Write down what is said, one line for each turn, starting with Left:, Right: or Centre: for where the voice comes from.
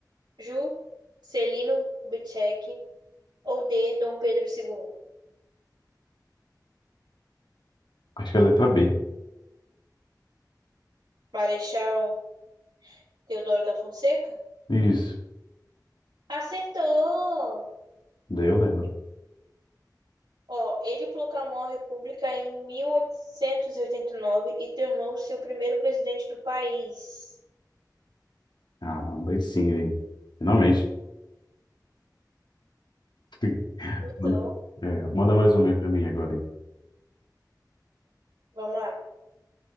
Right: Juscelino Kubitschek. Ou D. Dom Pedro II.
Left: Acho que é a letra B.
Right: Marechal Deodoro da Fonseca?
Left: Isso,
Right: Acertou!
Left: daí eu lembro.
Right: Ó, ele proclamou a República em mil oitocentos e oitenta e e nove e tornou-se o primeiro presidente do país.
Left: Caramba, aí sim, hein? Finalmente. <laughs>
Right: Então
Left: Manda, é, manda mais uma aí pra mim agora, hein?
Right: Vamos lá.